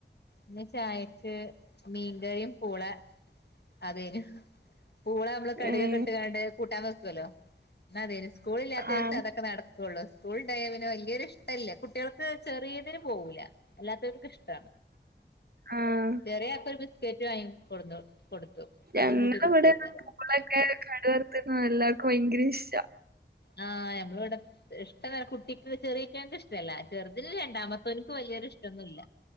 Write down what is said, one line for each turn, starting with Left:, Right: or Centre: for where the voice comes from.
Left: ഇന്ന് ചായക്ക് മീൻകറിയും പൂള അതേനു പൂള നമ്മള് കടുകൊക്കെ
Right: ഏഹ്
Left: ട്ട്ങ്ങാണ്ട് കൂട്ടാൻ വെക്കോലോ അതെ തെ സ്കൂളില്ലാത്ത ദിവസേ
Right: ആഹ്
Left: അതൊക്കെ നടക്കുള്ളൂ സ്കൂൾണ്ടായ പിന്നെ വല്യൊരു ഇഷ്ടല്ല കുട്ട്യാക്ക് ചെറിയതിന് പോകൂല്ല അല്ലാത്തോര്ക്കിഷ്ട
Right: ആഹ്
Left: ചെറിയാക്കൊരു ബിസ്കറ്റ് വാങ്ങി കൊടുന്നു കൊടുത്തു
Right: ഞങ്ങള
Left: അതും കൂട്ടി കുടിച്ചേക്ക
Right: ഇവിടെ പൂളക്കെ കട് വർത്തത് എല്ലാർക്കും ഭയങ്കര ഇഷ്ട
Left: ആ ഞമ്മളവ്ടെ ഇഷ്ടല്ല കുട്ടിക്ക് ചെറിഏറ്റങ്ക്ക് ഇഷ്ടല്ല ചെർ തില് രണ്ടാമത്തോൻക്കും വല്യൊരു ഇഷ്ടൊന്നുല്ല